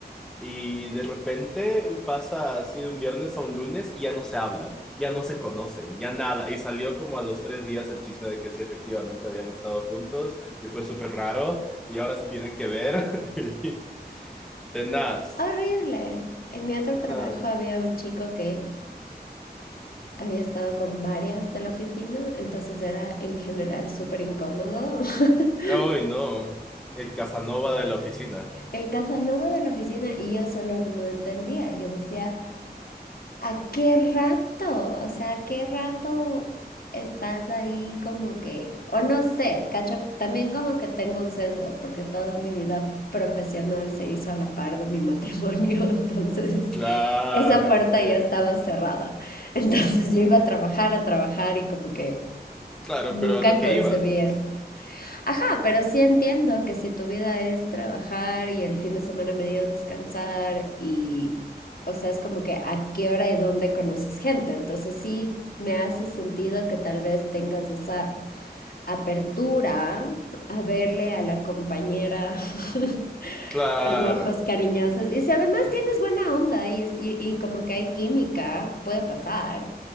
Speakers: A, in the centre; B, on the left (about 60°).
A: Y de repente pasa así de un viernes a un lunes y ya no se hablan, ya no se conocen, ya nada. Y salió como a los tres días el chisme de que sí, efectivamente habían estado juntos y fue súper raro y ahora se tienen que ver. <laughs> Tenaz,
B: Horrible. En mi otro
A: tenaz.
B: trabajo había un chico que había estado con varias de la oficina, entonces era en general súper incómodo. <laughs>
A: Ay, no, el Casanova de la oficina.
B: El Casanova de la oficina y yo solo no entendía. Yo decía, ¿A qué rato? O sea, ¿a qué rato estás ahí como que, o no sé, cacho, también como que tengo un sesgo, porque toda mi vida profesional se hizo a la par de mi matrimonio, <laughs> entonces
A: Claro,
B: esa puerta
A: que,
B: ya estaba cerrada. Entonces yo iba a trabajar, a trabajar y como que
A: claro,
B: nunca
A: pero a lo que
B: concebí
A: ibas, pues.
B: eso. Ajá, pero sí entiendo que si tu vida es trabajar y el fin de semana medio descansar y, o sea, es como que a qué hora y dónde conoces gente. Entonces sí me hace sentido que tal vez tengas esa apertura a verle a la compañera <laughs>
A: Claro,
B: con ojos cariñosos. Y si además tienes buena onda y, es- y, y como que hay química, puede pasar,